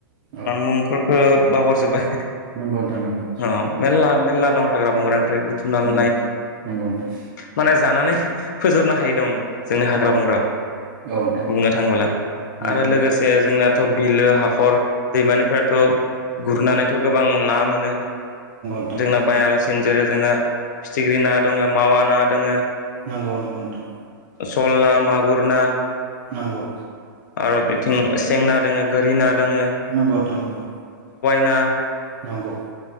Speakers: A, on the right; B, on the left.
A: औ
B: आं मुंफोरखो बाउगार जोब बाय
A: नंगौ नोंथां नंगौ
B: ओ मेरला मेरला दं हाग्रा बंग्रानिफ्राय बुथुमना मोननाय
A: औ, नंगौ नंगौ नोंथां
B: माने जानानै फोजोबनो हायि दं ‌। जोंनो हाग्रा
A: औ
B: बंग्रायाव
A: औ नोंथां
B: बुंनो थाङोब्ला
A: नंगौ
B: आरो लोगोसे जोंना ओ बिलो हाखर दैमानिफ्रायथ' गुरनानै थ' गोबां ना मोनो ।
A: नोंथां
B: जोंना बायालासिनो जेरै जोंना फिथिख्रि ना दङ मावा ना दङो
A: नांगौ नंगौ नोंथां।
B: सल ना, मागुर ना।
A: नोंगौ।
B: आरो बिथिं सेंना दोङो गोरि ना दोङो
A: नोंगौ नोंथां नोंगौ।
B: ना
A: नोंगौ।